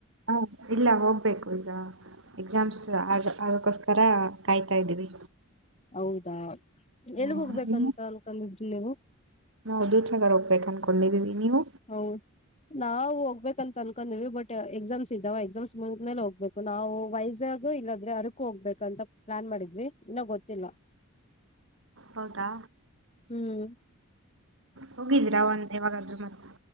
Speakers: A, on the right; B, on the left.
A: ಹಾ ಇಲ್ಲ ಹೋಗ್ಬೇಕು ಈಗ ಎಕ್ಸಾಮ್ಸ್ ಆಗ ಅದಕ್ಕೋಸ್ಕರ ಕಾಯ್ತಾ ಇದ್ದೀವಿ
B: ಹೌದಾ ಎಲ್ಗ
A: ಹ್ಮ್
B: ಹೋಗ್ಬೇಕಂತ
A: ನೀವು
B: ಅನ್ಕೊಂಡಿದ್ರಿ ನೀವು
A: ನಾವು ದೂ ಚಗ ಹೋಗ್ಬೇಕು ಅನ್ಕೊಂಡಿದ್ದೀವಿ ನೀವು
B: ಹೌದು ನಾವವು ಹೋಗ್ಬೇಕ ಅಂತ ಅನ್ಕೊಂಡೀವಿ ಬಟ್ ಎಕ್ಸಾಮ್ಸ್ ಇದ್ದಾವ ಎಕ್ಸಾಮ್ಸ್ ಮುಂದ್ಮೇಲೆ ಹೋಗ್ಬೇಕು ನಾವು ವಯಸ್ ಇಲ್ಲದ್ರೆ ಅರಕು ಹೋಗ್ಬೇಕಂತ ಪ್ಲಾನ್ ಮಾಡಿದ್ವಿ ಇನ್ನೊ ಗೊತ್ತಿಲ್ಲ
A: ಹೌದಾ
B: ಹ್ಮ್
A: ಹೋಗಿದ್ದೀರಾ ಒಂದ ಯಾವಾಗಾದ್ೂ ಮತ್ತೆ